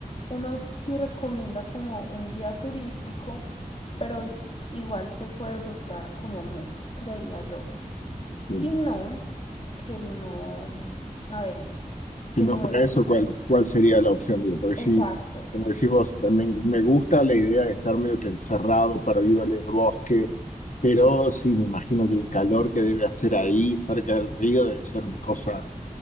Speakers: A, on the left (about 40°); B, on the left (about 60°).
A: uno sí recomienda como un guía turístico, pero igual te puede gustar como mucho, creería yo. Si
B: eh,
A: no, que no, a ver,
B: si
A: que
B: no
A: no
B: fuera
A: es como
B: eso, ¿cuál, cuál sería la opción? Digo, porque si
A: exacto,
B: como decís vos, también me gusta la idea de estar medio que encerrado, perdido en el bosque, Pero sí, me imagino que el calor que debe hacer ahí cerca del río debe ser una cosa